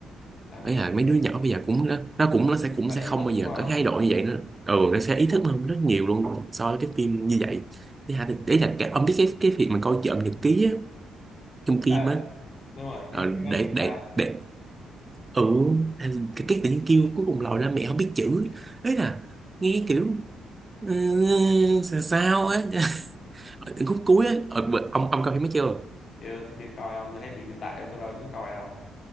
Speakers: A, on the left (about 50°); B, on the right (about 20°).
A: là mấy
B: ấy
A: cái
B: là mấy
A: đề
B: đứa nhỏ
A: này.
B: bây giờ cũng nó, nó cũng nó sẽ cũng
A: Có
B: sẽ
A: ý
B: không
A: thức
B: bao giờ
A: đúng không
B: có thái độ như vậy nữa ừ
A: à,
B: nó sẽ ý thức hơn rất nhiều luôn so với cái phim như vậy thứ hai thì- ý là cái, ông biết cái cái việc mà coi trộm nhật ký á trong phim
A: à
B: á
A: đúng rồi cái
B: Ờ,
A: cái đó
B: để
A: tức là
B: để để ừ hay cái cái tự nhiên kêu cuối cùng lòi ra mẹ không biết chữ ấy là nghe kiểu ừ, sao sao á <laughs> ở khúc cuối á ờ, ông ông coi phim mới chưa
A: chưa tôi chưa coi không tôi thấy review tại tôi đâu muốn coi đâu